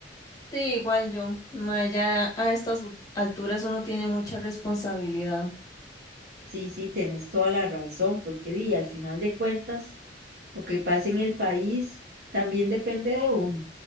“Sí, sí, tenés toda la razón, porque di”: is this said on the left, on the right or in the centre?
Right